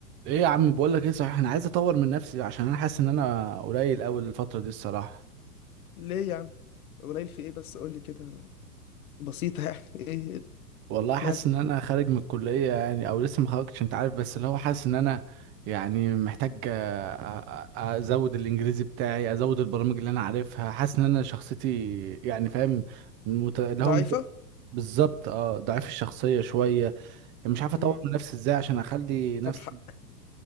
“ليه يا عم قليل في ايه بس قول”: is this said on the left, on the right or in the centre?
Left